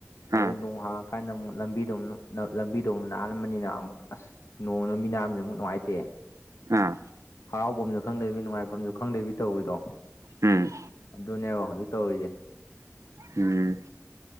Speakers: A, on the left; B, on the right.
A: ꯑꯗꯨꯗꯩꯩ
B: ꯑꯥ
A: ꯅꯣꯡ ꯍꯥꯡꯉꯀꯥꯟꯗ ꯑꯃꯨꯛ ꯂꯝꯕꯤꯗ ꯃꯨꯛ ꯂꯝꯕꯤꯗꯣ ꯑꯃꯨꯛ ꯅꯥꯜꯂꯝꯕꯅꯤꯅ ꯑꯃꯨꯛ ꯑꯁ ꯅꯣꯡ ꯂꯝꯕꯤ ꯅꯥꯟꯕꯅꯤꯅ ꯑꯃꯨꯛ ꯅꯨꯡꯉꯥꯏꯇꯦ
B: ꯑꯥ
A: ꯍꯔꯥꯎꯕꯝꯖꯨ ꯈꯪꯗꯕꯤ ꯅꯨꯡꯉꯥꯏꯐꯝꯁꯨ ꯈꯪꯗꯦꯕꯤ ꯇꯧꯕꯤꯗꯣ
B: ꯎꯝ
A: ꯑꯗꯨꯅꯦꯕ ꯍꯧꯖꯤꯛ ꯇꯧꯔꯤꯖꯦ
B: ꯎꯝ